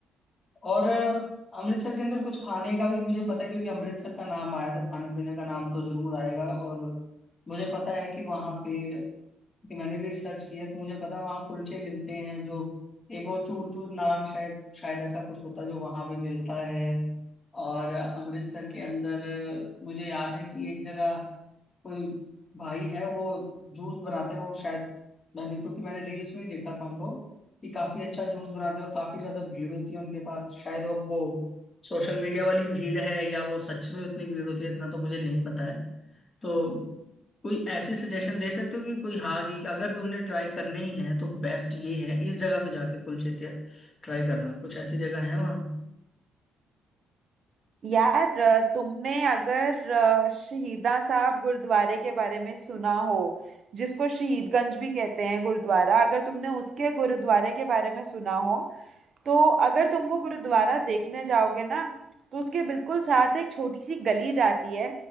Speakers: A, on the left (about 30°); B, on the right (about 50°).
A: और अमृतसर के अंदर कुछ खाने का भी मुझे पता है क्योंकि अमृतसर का नाम आया था खाने पीने का नाम तो जरूर आएगा और मुझे पता है कि वहाँ पे कि मैंने भी रिसर्च किया तो मुझे पता वहाँ कुलचे मिलते हैं जो एक वो चूर चूर नाम शायद शायद ऐसा कुछ होता है जो वहाँ पे मिलता है और अमृतसर के अंदर मुझे याद है कि एक जगह कोई भाई है वो जूस बनाते हैं वो शायद मैंने क्योंकि मैंने रील्स में ही देखा था उनको कि काफी अच्छा जूस बनाते हैं और काफी ज्यादा भीड़ होती है उनके पास शायद वो वो सोशल मीडिया वाली भीड़ है या वो सच में उतनी भीड़ होती है इतना तो मुझे नहीं पता है तो कोई ऐसी सजेशन दे सकते हो कि कोई हाँ कि अगर तुमने ट्राई करने ही है तो बेस्ट ये है इस जगह पे जाके कुलचे ट्राई करना कुछ ऐसी जगह है वहाँ
B: यार अ, तुमने अगर अ, शहीदा साहब गुरुद्वारे के बारे में सुना हो जिसको शहीदगंज भी कहते हैं गुरुद्वारा अगर तुमने उसके गुरुद्वारे के बारे में सुना हो तो अगर तुम वो गुरुद्वारा देखने जाओगे ना तो उसके बिल्कुल साथ एक छोटी सी गली जाती है